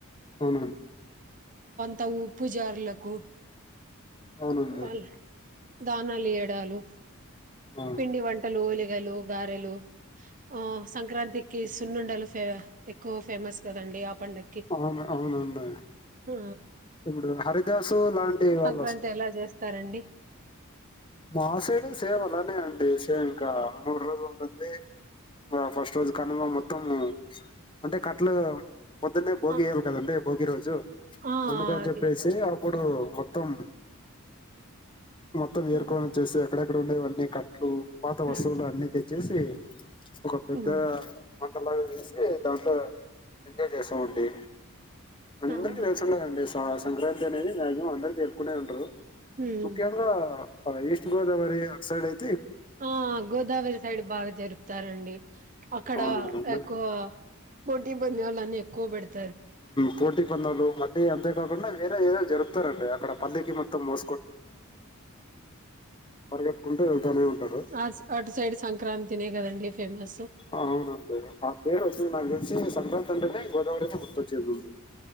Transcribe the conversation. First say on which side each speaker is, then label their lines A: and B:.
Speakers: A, on the left; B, on the right.
A: అవున అండి
B: తవు పూజారులకు
A: అవునండి
B: వాళ్ళ దానాలు ఈయాడలు
A: ఆ,
B: పిండి వంటలు లేక గలు గారెలు ఆ సంక్రాంతి కి సున్నుండలు ఫే ఎక్కువ ఫేమస్ కదండి పండక్కి
A: అవును అవ్వండి
B: ఆ
A: ఇప్పుడు హరిదాసు లాంటి వాళ్ళ
B: వంతె ఎలా జేస్తారండి
A: మాసేడు సేమ్ అలానే అండి సేమ్ ఇంకా మూడు రోజులు ఉంటుంది ఇంకా ఫస్ట్ రోజు కనుమ మొత్తము అంటే కట్టలు పొద్దున్నే భోగి
B: ఆ
A: వయాలి కదండి భోగి రోజు
B: ఆ
A: అందుకని
B: అది
A: చెప్పేసి అప్పుడు పుడు మొత్తం మొత్తం మీరు
B: హ్మ్
A: నం చేస్తే ఎక్కడెక్కడ ఉండేవన్నీ కట్టలు పాత
B: హ్మ్
A: వస్తువులు అన్ని చేసి ఒక పెద్ద
B: హ్మ్.
A: మంటలాగా వేసి దాంట్లో ఎంజాయ్ చేస్తా ఉండి అందరికీ
B: అవునా
A: తెలుసండి అండి సాస్ సంక్రాంతి అనేది మాక్సిమం అందరికి తె కునే ఉంటారు
B: హ్మ్
A: ముఖ్యంగా ఆ ఈస్ట్ గోదవరి అట్ సైడ్ అయి
B: ఆ గోదావరి సైడ్ బాగా జరుపుతారండి అక్కడ
A: అవునండి అందరూ-
B: ఎక్కువ కొటీ బందవళ అనే ఎకువబడతది
A: పోటీ పందలు మళ్ళీ అంతేకాకుండా వేరే ఏదో జరుపుతారం అడి అక్కడ పల్లెకి మొత్తం మో పరిగెత్తుకుంటూ వెళ్తూనే ఉంటారు
B: ఆ అటు సైడ్ సంక్రాంతినే కదండి ఫేమస్
A: అవునండి ఆ పేరు వచ్చింది నా తెలిసి సంక్రాం ంటెనే గోదావరినె గుర్తొచ్చేది ముందు